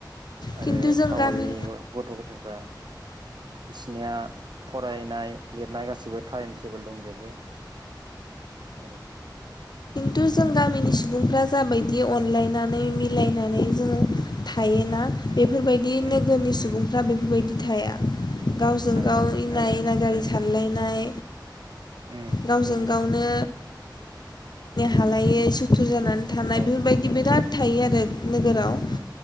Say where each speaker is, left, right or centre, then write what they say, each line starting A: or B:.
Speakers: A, on the left; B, on the right.
A: खिन्थु
B: आरो
A: जों
B: टाउननि
A: गामि
B: गथ' ग'थायफ्रा बिसिनिया फरायनाय लिरनाय गासैबो टाइम टेबोल दंजोबो आरो
A: टु जों गामिनि सुबुंफ्रा जाबायदि अनलायनानै मिलायना नै जोङो थायोना, बेफोरबायदि
B: उम
A: नोगोरनि सुबुंफ्रा बेफोरबायदि थाया। गावजों
B: थाया
A: गाव
B: ओं
A: एना
B: थाया
A: एनागारि सारलायनाय
B: उम
A: गावजों गावनो खालायै सुथु थुर जानानै थानाय
B: औ
A: बेफोरबायदि बिराद थायो आरो नोगोराव
B: उम